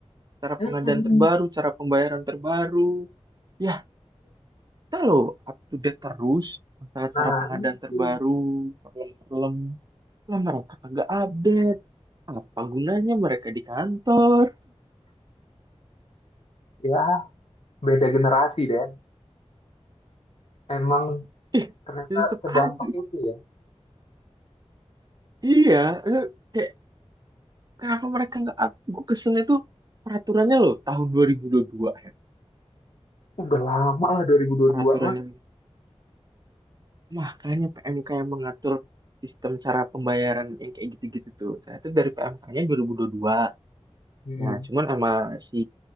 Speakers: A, on the right (about 35°); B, on the left (about 60°).
A: cara
B: Mm-mm.
A: pengadaan terbaru, cara pembayaran terbaru. Ya, kita loh up to date terus masalah
B: Nah,
A: cara pengadaan
B: itu.
A: terbaru problem-problem lah mereka kagak update apa gunanya mereka di kantor
B: ya beda generasi dan Emang
A: <laughs>
B: ternyata
A: ih tetap
B: sedampak
A: aja
B: itu ya.
A: iya eh, kayak kenapa mereka nggak up gue keselnya tuh peraturannya loh tahun dua ribu dua puluh dua ya
B: Udah lama lah 2022
A: peraturan
B: mah.
A: yang makanya PMK yang mengatur sistem cara pembayaran yang kayak gitu-gitu tuh nah, itu dari PMK-nya dua. ribu dua puluh dua.
B: Hmm.
A: nah cuman sama si